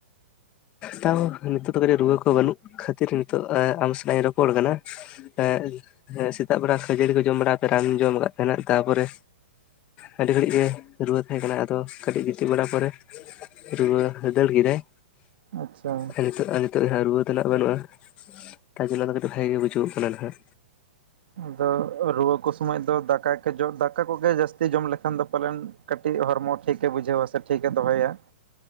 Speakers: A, on the left; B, on the right.
A: ᱛᱟᱣ ᱱᱤᱛᱳᱜ ᱫᱚ ᱠᱟᱹᱴᱤᱡ ᱨᱩᱣᱟᱹ ᱠᱚ ᱵᱟᱹᱱᱩᱜ ᱠᱷᱟᱹᱛᱤᱨ ᱱᱤᱛᱳᱜ ᱮᱸ ᱟᱢ ᱥᱟᱞᱟᱜ ᱤᱧ ᱨᱚᱯᱚᱲ ᱠᱟᱱᱟ᱾ ᱮᱸ, ᱦᱮᱸ ᱥᱮᱛᱟᱜ ᱵᱮᱲᱟ ᱠᱷᱟᱹᱡᱟᱹᱲᱤ ᱠᱚ ᱡᱚᱢ ᱵᱟᱲᱟ ᱠᱟᱛᱮ ᱨᱟᱱ ᱤᱧ ᱡᱚᱢ ᱟᱠᱟᱫ ᱛᱟᱦᱮᱱᱟ ᱛᱟᱯᱚᱨᱮ ᱟᱹᱰᱤ ᱜᱷᱟᱹᱲᱤᱡ-ᱮ ᱨᱩᱣᱟᱹ ᱛᱟᱦᱮᱸ ᱠᱟᱱᱟ ᱟᱫᱚ ᱠᱟᱹᱴᱤᱡ ᱜᱤᱛᱤᱡ ᱵᱟᱲᱟ ᱯᱚᱨᱮ ᱨᱩᱣᱟᱹ ᱫᱟᱹᱲ ᱠᱮᱫᱟᱭ᱾
B: ᱟᱪᱪᱷᱟ
A: <unintelligible> ᱱᱤᱛᱳᱜ <unintelligible> ᱛᱳᱜ ᱡᱟᱦᱟᱸ ᱨᱩᱣᱟᱹ ᱫᱚ ᱱᱟᱜ ᱵᱟᱹᱱᱩᱜᱼᱟ, ᱛᱟᱨ ᱡᱚᱱᱱᱚ ᱟᱫᱚ ᱠᱟᱹᱴᱤᱡ ᱵᱷᱟᱜᱮ ᱜᱮ ᱵᱩᱡᱩᱜᱚᱜ ᱠᱟᱱᱟ ᱱᱟᱦᱟᱜ᱾
B: ᱟᱫᱚ ᱨᱩᱣᱟᱹ ᱠᱚ ᱥᱩᱢᱟᱹᱡ ᱫᱚ ᱫᱟᱠᱟ ᱠᱚ ᱡᱚ ᱫᱟᱠᱟ ᱠᱚᱜᱮ ᱡᱟᱹᱥ ᱛᱤ ᱡᱚᱢ ᱞᱮᱠᱷᱟᱱ ᱫᱚ ᱯᱟᱞᱮᱱ ᱠᱟᱹᱴᱤᱡ ᱦᱚᱲᱢᱚ ᱴᱷᱤᱠᱮ ᱵᱩᱡᱷᱟᱹᱣᱟ ᱥᱮ ᱴᱷᱤᱠᱮ ᱫᱚᱦᱚᱭᱟ,